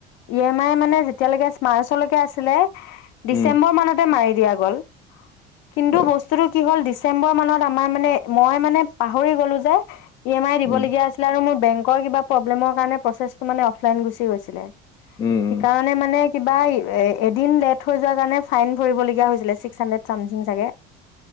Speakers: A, on the left (about 70°); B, on the left (about 15°).
A: ই এম আই মানে যেতিয়ালৈকে মাৰ্চ লৈকে আছিলে ডিচেম্বৰ
B: উম
A: মানতে মাৰি দিয়া গ'ল। কিন্তু
B: হয়
A: বস্তু কি হ'ল ডিচেম্বৰ মানত আমাৰ মানে মই মানে পাহৰি গ'লো যে ই এম আই দিবলগীয়া
B: উম
A: আছিলে আৰু মোৰ বেংকৰ কিবা প্ৰব্লেমৰ কাৰণে প্ৰচেছটো মানে অফলাইন গুচি গৈছিলে,
B: উম
A: সেইকাৰণে
B: উম
A: মানে কিবা এদিন লেট হৈ যোৱাৰ কাৰণে ফাইন ভৰিবলগীয়া হৈছিলে ছিস্ক হানড্ৰেদ ছামথিং চাগে।